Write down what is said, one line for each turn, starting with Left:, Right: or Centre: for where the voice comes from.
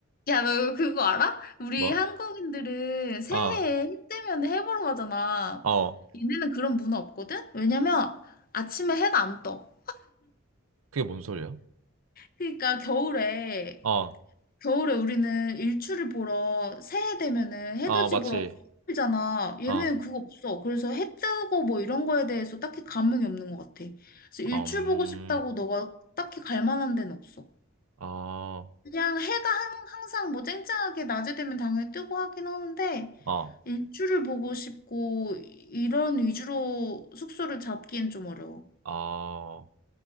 Left: 야, 너 그거 알아? 우리
Right: 뭐?
Left: 한국인들은 새해에
Right: 어,
Left: 해 뜨면 해 보러 가잖아.
Right: 어.
Left: 얘네는 그런 문화 없거든? 왜냐면 아침에 해가 안 떠.
Right: 그게 뭔 소리야?
Left: 그러니까 겨울에
Right: 어,
Left: 겨울에 우리는 일출을 보러 새해 되면은 해돋이
Right: 어, 맞지.
Left: 보러 가잖아. 얘는
Right: 어,
Left: 그거 없어. 그래서 해 뜨고 뭐 이런 거에 대해서 딱히 감흥이 없는 것 같아. 그래서 일출
Right: 음,
Left: 보고 싶다고 너가 딱히 갈 만한 데는 없어.
Right: 어.
Left: 그냥 해가 한- 항상 뭐 쨍쨍하게 낮에 되면 당연히 뜨고 하긴 하는데
Right: 어.
Left: 일출을 보고 싶고 이런 위주로 숙소를 잡기엔 좀 어려워.
Right: 아.